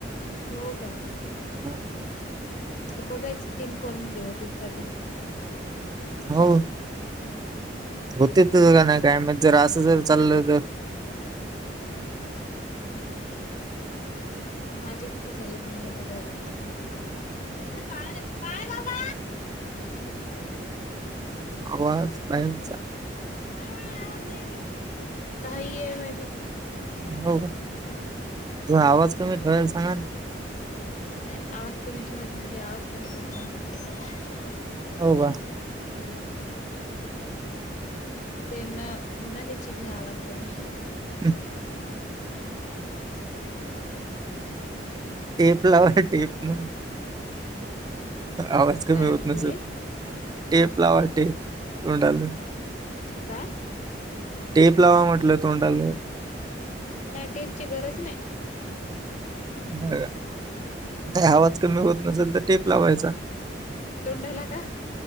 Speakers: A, on the left; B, on the right.
A: हो का?
B: हा.
A: आता बघायचं. तीन कॉलमध्ये होतेत का ते.
B: हो. होतेत काय नाही माहीत? जरा अस जर चालल तर.
A: <inaudible> माझे किती झालेत? मला बघाय लागतील. हिथ काय रे? काय बाबा?
B: आवाज बहेरचा.
A: <unintelligible> ताई आहे माझी.
B: हो का? ज आवाज
A: हो
B: कमी ठेवाल सांगा ना.
A: नाही आवाज कमी ठेवत नाही ती. आवाज कमी होत नाही तिचा.
B: हो का?
A: हो. ती न होणारी चीजाय आवाज कमी.
B: हम्म.
A: हम्म.
B: टेप लावा. टेप मग. आवाज कमी
A: काय
B: होत
A: म्हणले
B: नसेल तर. टेप लावा टेप तोंडाला.
A: काय?
B: टेप लावा म्हटलं तोंडाला.
A: नाही टेपची गरज नाही.
B: ह
A: हम्म
B: नाही आवाज कमी होत नसेल तर? टेप लावायचा.
A: तोंडाला का?